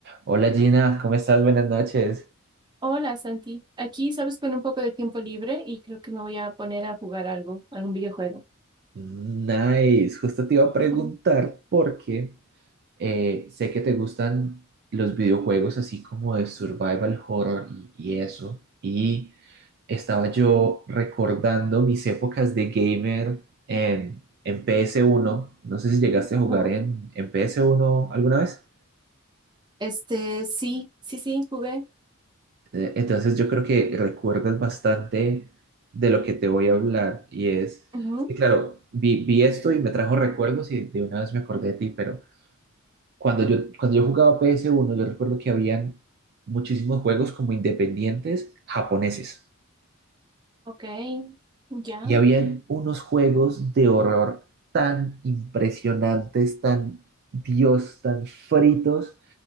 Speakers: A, on the right; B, on the right.
A: Hola Gina, ¿cómo estás? Buenas noches.
B: Hola Santi, aquí sabes con un poco de tiempo libre y creo que me voy a poner a jugar algo, algún videojuego.
A: Nice, justo te iba a preguntar
B: <laughs>
A: porque eh, sé que te gustan los videojuegos así como de survival horror y, y eso. Y estaba yo recordando mis épocas de gamer en, en ps uno. No sé si llegaste a
B: Ajá.
A: jugar en, en ps uno alguna vez.
B: Este, sí, sí, sí, jugué.
A: Eh, Entonces yo creo que recuerdas bastante de lo que te voy a hablar y es
B: Ujú,
A: que claro, vi, vi esto y me trajo recuerdos y de una vez me acordé de ti, pero cuando yo, cuando yo jugaba PS1 yo recuerdo que habían muchísimos juegos como independientes japoneses
B: Ok, ya.
A: y habían unos juegos de horror tan impresionantes, tan Dios, tan fritos.